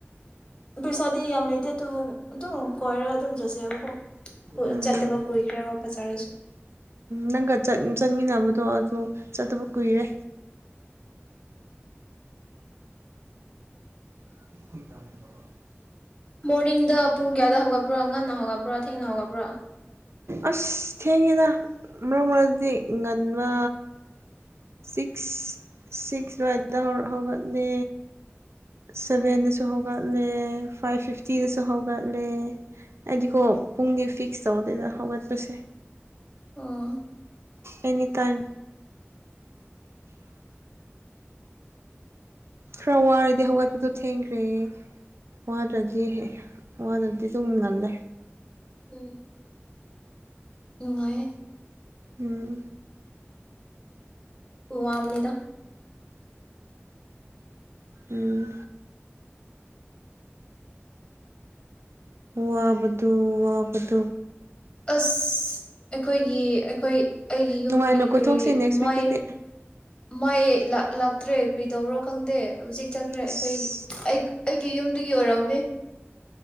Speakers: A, on the left (about 20°); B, on the right (about 70°).
A: ꯄꯩꯁꯥꯗꯤ ꯌꯥꯝ ꯂꯩꯇꯦ ꯑꯗꯨꯕꯨ ꯑꯗꯨꯝ ꯀꯣꯏꯔꯒ ꯑꯗꯨꯝ ꯆꯠꯁꯦꯕꯀꯣ
B: ꯎꯝ
A: ꯆꯠꯇꯕ ꯀꯨꯏꯈ꯭ꯔꯦꯕ ꯕꯖꯥꯔꯁꯨ
B: ꯅꯪꯒ ꯆꯠꯃꯤꯟꯅꯕꯗꯣ ꯑꯗꯨ ꯆꯠꯇꯕ ꯀꯨꯏꯔꯦ <unintelligible>
A: ꯃꯣꯔꯅꯤꯡꯗ ꯄꯨꯡ ꯀꯌꯥꯗꯥ ꯍꯧꯒ ꯄꯔꯥ ꯉꯟꯅ ꯍꯧꯒꯠꯄꯔꯥ ꯊꯦꯡꯅ ꯍꯩꯒꯠꯄꯔꯥ
B: ꯑꯁ ꯊꯦꯡꯉꯦꯗ ꯃꯔꯛ ꯃꯔꯛꯗꯤ ꯉꯟꯕ ꯁꯤꯛꯁ ꯁꯤꯛꯁ ꯑꯗꯨꯋꯥꯏꯗ ꯍꯧꯒꯠꯂꯦ ꯁꯚꯦꯟꯗꯁꯨ ꯍꯧꯒꯠꯂꯦ ꯐꯥꯏꯚ ꯐꯤꯐꯇꯤꯗꯁꯨ ꯍꯧꯒꯠꯂꯦ ꯑꯩꯗꯤꯀꯣ ꯄꯨꯡꯗꯤ ꯐꯤꯛꯁ ꯇꯧꯗꯦꯗ ꯍꯧꯒꯠꯄꯁꯦ
A: ꯑꯣ
B: ꯑꯦꯅꯤ ꯇꯥꯏꯝ ꯈꯔ ꯋꯥꯔꯗꯤ ꯍꯧꯒꯠꯄꯗꯣ ꯊꯦꯡꯈ꯭ꯔꯦ ꯋꯥꯗ꯭ꯔꯗꯤ ꯋꯥꯗ꯭ꯔꯗꯤ ꯑꯗꯨꯝ ꯉꯜꯂꯦ
A: ꯎꯝ ꯅꯨꯡꯉꯥꯏ
B: ꯎꯝ
A: ꯋꯥꯕꯅꯤꯗ
B: ꯎꯝ ꯋꯥꯕꯗꯨ ꯋꯥꯕꯗꯨ
A: ꯑꯁ ꯑꯩꯈꯣꯏꯒꯤ ꯑꯩꯈꯣꯏ ꯑꯩꯒꯤ ꯌꯨꯝꯒꯤ
B: ꯅꯨꯡꯉꯥꯏꯅ ꯀꯣꯏꯊꯣꯛꯁꯦ
A: ꯀꯔꯤ
B: ꯅꯦꯛꯁ
A: ꯃꯥꯏ
B: ꯋꯤꯛꯇꯗꯤ
A: ꯃꯥꯏ ꯂꯥꯛꯇ꯭ꯔꯦ ꯀꯔꯤꯗꯧꯕꯔ ꯈꯪꯗꯦ ꯍꯧꯖꯤꯛ ꯆꯠꯈ꯭ꯔꯦ
B: ꯑꯁ
A: ꯑꯩꯈꯣꯏ ꯑꯩꯒꯤ ꯌꯨꯝꯗꯨꯒꯤ ꯑꯣꯏꯔꯝꯅꯤ